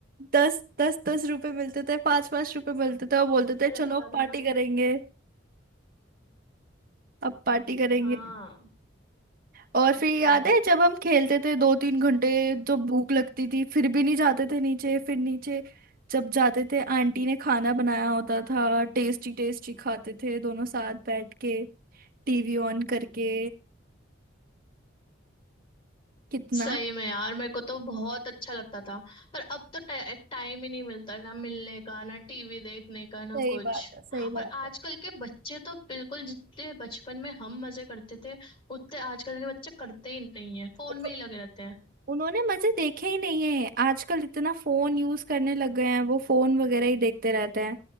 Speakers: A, on the right; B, on the left.
A: दस दस दस रुपए मिलते थे पांच पांच रुपए मिलते थे और
B: अच्छा
A: बोलते थे
B: लगता
A: चलो अब
B: था
A: पार्टी
B: ना
A: करेंगे अब पार्टी करेंगे
B: हाँ
A: और
B: वही
A: फिर याद
B: में
A: है जब हम खेलते थे दो तीन घंटे जो भूख लगती थी फिर भी नहीं जाते थे नीचे फिर नीचे जब जाते थे आंटी ने खाना बनाया होता था टेस्टी टेस्टी खाते थे दोनों साथ बैठ के टीवी ऑन करके कितना
B: सही में यार मेरे को तो बहुत अच्छा लगता था पर अब तो टाइ- टाइम ही नहीं मिलता ना मिलने का ना टीवी देखने का ना
A: सही
B: कुछ
A: बात है सही
B: और
A: बात
B: आजकल के बच्चे तो बिल्कुल जितने बचपन में हम मजे करते थे उतने आजकल के बच्चे करते ही नहीं है फोन में
A: है
B: ही लगे रहते हैं
A: उन्होंने मजे देखे ही नहीं है आजकल इतना फोन यूज करने लग गए हैं वो फोन वगैरह ही देखते रहते हैं